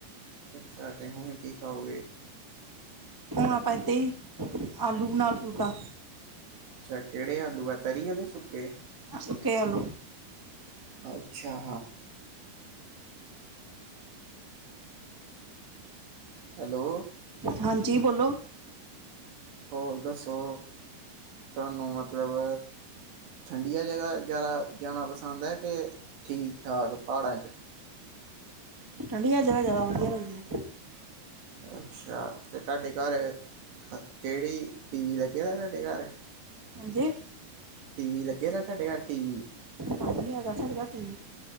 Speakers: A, on the right; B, on the right.
A: ਅੱਛਾ ਤੇ ਹੁਣ ਕੀ ਖਾਓਗੇ।
B: ਹੁਣ ਆਪਾਂ ਇੱਦਾ ਈ ਆਲੂ ਨਾਲ ਫੁਲਕਾ।
A: ਅੱਛਾ ਕੇੜੇ ਆਲੂ ਆ ਤਰੀ ਆਲੇੇ ਸੁੱਕੇ।
B: ਸੁੁੱਕੇ ਆਲੂ।
A: ਅੱਛਾ। ਹੈਲੋ
B: ਹਾਂਜੀ ਬੋਲੋ।
A: ਹੋਰ ਦੱਸੋ ਤੁਹਾਨੂੰ ਮਤਲਬ ਠੰਡੀਆਂ ਜਗਾ ਜ਼ਿਆਦਾ ਜਾਣਾ ਪਸੰਦ ਹੈ ਕੇ ਠੀਕ ਠਾਕ ਪਹਾੜਾਂ 'ਚ।
B: ਠੰਡੀਆਂ ਜਗ੍ਹਾ ਜਿਆਦਾ ਵਧੀਆ ਲੱਗਦੀਆਂ।
A: ਅੱਛਾ ਤੇ ਤਾਡੇ ਘਰ ਕੇਹੜੀ ਟੀ ਵੀ ਲੱਗੇਆ ਦਾ ਤੁਹਾਡੇ ਘਰ।
B: ਹਾਂਜੀ।
A: ਟੀ ਵੀ ਲੱਗੇਆ ਦਾ ਤਾਡੇ ਘਰ ਟੀ ਵੀ।
B: ਹਾਂਜੀ ਹੈਗਾ ਸਾਡੇ ਘਰ ਟੀ ਵੀ